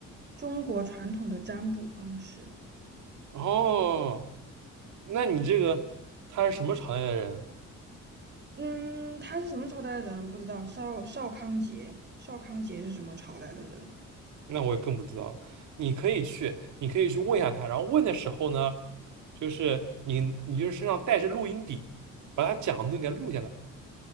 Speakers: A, on the right (about 35°); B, on the right (about 75°).
A: 中国传统的占卜方式。
B: 哦，那你这个他是什么朝代的人？
A: 嗯，他是什么朝代的人不知道，邵邵康节，邵康节是什么朝代的人？
B: 那我更不知道了。你可以去，你可以去问一下他，然后问的时候呢，就是你你就是身上带着录音笔，把他讲的给他录下来。